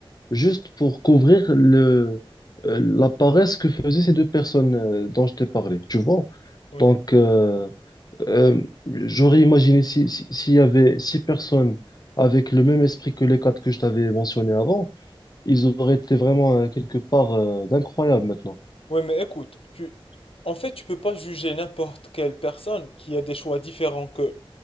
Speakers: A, on the left; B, on the left.
A: juste pour couvrir le, euh, la paresse que faisaient ces deux personnes euh, dont je t'ai parlé, tu vois?
B: oui.
A: Donc, euh, euh, j'aurais imaginé si, si- s'il y avait six personnes avec le même esprit que les quatre que je t'avais mentionné avant, ils auraient été vraiment euh, quelque part euh, d'incroyable maintenant.
B: Oui, mais écoute, tu... en fait, tu peux pas juger n'importe quelle personne qui a des choix différents que